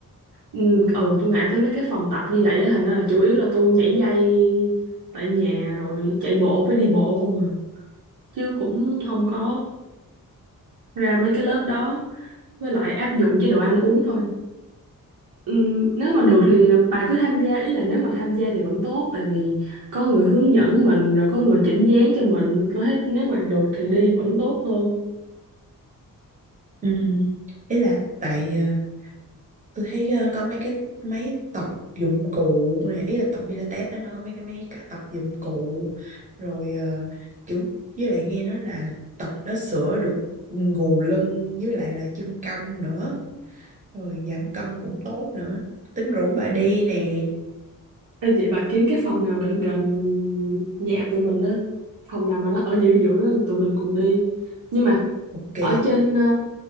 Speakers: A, on the right (about 85°); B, on the right (about 20°).
A: ừ, ừ tôi ngại tới mấy cái phòng tập như vậy á thành ra là chủ yếu là tôi nhảy dây tại nhà rồi chạy bộ với đi bộ không à chứ cũng không có ờ, ra mấy cái lớp đó với lại áp dụng chế độ ăn uống thôi Ừm, nếu mà được
B: Ừ.
A: thì bà cứ tham gia ý là nếu mà tham gia thì vẫn tốt tại vì có người hướng dẫn mình rồi có người chỉnh dáng cho mình tôi thấy nếu mà được thì đi vẫn tốt hơn
B: Ừ. Ý là tại ờ, tôi thấy ờ, có mấy cái máy tập dụng cụ này ý là tập Pilates đó nó có mấy cái máy cả tập dụng cụ rồi ờ, kiểu với lại nghe nói là tập đó sửa được gù lưng với lại là chân cong nữa rồi giảm cân cũng tốt nữa tính rủ bà đi nè
A: Ê, vậy bà kiếm cái phòng nào gần gần nhà tụi mình á phòng nào mà nó ở giữa giữa đó, tụi mình cùng đi nhưng mà
B: ok
A: ở trên ờ,